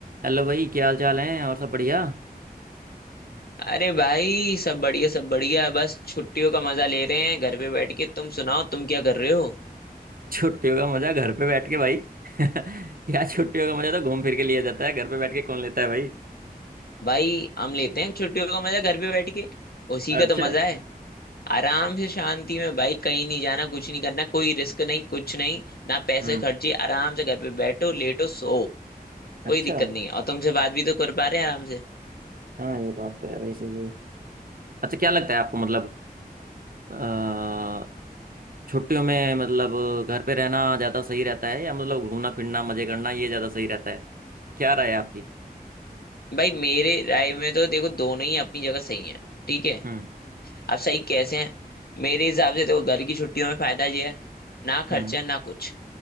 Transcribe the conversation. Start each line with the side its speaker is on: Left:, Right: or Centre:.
Right: Hello भाई क्या हाल चाल है और सब बढ़िया
Left: अरे भाई सब बढ़िया सब बढ़िया है बस छुट्टियों का मजा ले रहे हैं घर पे बैठ के तुम सुनाओ तुम क्या कर रहे हो
Right: छुट्टियों का मजा घर पे बैठ के भाई <laughs> यार छुट्टियों का मजा तो घूम फिर के लिया जाता है घर पे बैठ के कौन लेता है भाई <laughs>
Left: भाई हम लेते हैं छुट्टियों का मजा घर पे बैठ के उसी
Right: अच्छा
Left: का तो मजा है आराम से शांति में भाई कहीं नहीं जाना कुछ नहीं करना कोई रिस्क नहीं कुछ नहीं ना पैसे
Right: हम्म
Left: खर्चे आराम से घर पे बैठो लेटो सो
Right: अच्छा
Left: कोई दिक्कत नहीं है और तुमसे बात भी तो कर पा रहे हैं आराम से
Right: हाँ ये बात तो है भाई सही है अच्छा क्या लगता है आपको मतलब अ, छुट्टियों में मतलब घर पे रहना ज्यादा सही रहता है या मतलब घूमना फिरना मजे करना ये ज्यादा सही रहता है क्या राय है आपकी
Left: भाई मेरे राय में तो देखो दोनों ही अपनी जगह सही हैं ठीक है
Right: हम्म
Left: अब सही कैसे हैं मेरे हिसाब से देखो घर की छुट्टियों में फायदा ये है ना खर्चा
Right: हम्म
Left: ना कुछ